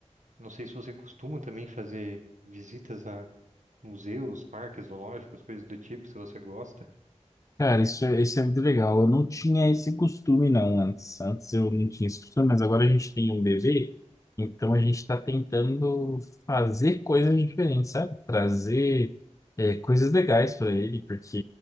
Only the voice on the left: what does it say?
Cara, isso é, isso é muito legal. Eu não tinha esse costume, não, antes. Antes eu não tinha esse costume, mas agora a gente tem um bebê, então a gente está tentando fazer coisas diferentes, sabe? Trazer, é, coisas legais para ele, porque